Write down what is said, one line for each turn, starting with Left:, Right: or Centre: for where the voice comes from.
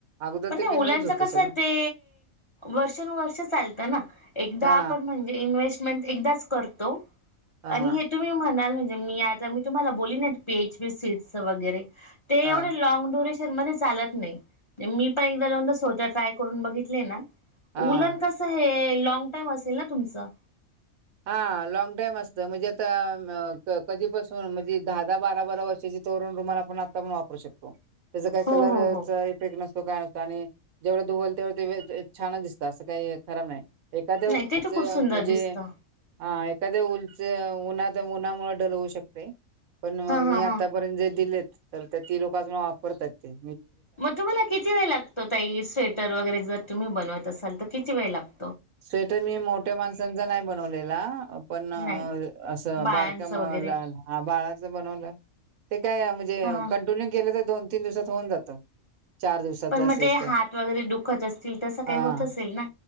Right: अगोदर
Left: पण
Right: ते
Left: नाइ
Right: विनूनच
Left: मुलाचं
Right: होतं
Left: कसंय
Right: सगळं
Left: ते वर्षानुवर्ष चालतं ना एकदा
Right: हा
Left: आपण म्हण इन्व्हेस्टमेंट एकदाचं करतो
Right: हा
Left: आणि हे तुम्ही म्हणालं मी आता मी तुम्हाला बोली ना पी एच पी सीट च वगरे तेवढे
Right: हा
Left: लाँग चन चालत नाइ मी पण एकदा दोनदा स्वतः ट्राय करून बघितले ना
Right: हा
Left: उलन कसं हे लॉंग टाईम असेल ना तुमचं
Right: हा लॉग टाम असत म्हणजे आता क कधीपासून म्हणजे दहा दहा बारा बारा वर्ष <unintelligible> आपण वापरू शकतो तेज काय
Left: हो
Right: कलर
Left: हो
Right: इफेक्ट
Left: हो
Right: नसतो काय आणि जेवढं धुवल तेवढं <unintelligible> ते छान दिसत असं काय खराब नाइ. एखाद्या
Left: नाही
Right: <unintelligible>
Left: ते तर खूप सुंदर
Right: म्हणजे
Left: दिसतं
Right: हा एखाद उलच उन्हात उन्हामुळे ढल होऊ शकतय. पण
Left: हा
Right: मी
Left: हा
Right: आतापर्यंत
Left: हा
Right: जे दिलेत तर ती लोक आजून वापरतात ती
Left: मग तुम्हाला किती वेळ लागतो ताई स्वेटर वगरे जर तुम्ही बनवत असाल तर किती वेळ लाग
Right: स्वेटर मी मोठ्या माणसांचा नाइ बनवलेला पण अं
Left: नाही
Right: असं
Left: बाळांचं
Right: बारक्या
Left: वगैरे
Right: लहान बाळाचं बनवलं ते काय म्हणजे
Left: हा हा.
Right: कंटिन्यू केलं तर दोन तीन दिवसात होऊन जातं. चार दिवसात
Left: पण
Right: जास्तीत
Left: म ते
Right: जास्त
Left: हात वगरे दुखत असतील तसं काही
Right: हा
Left: होत असेल ना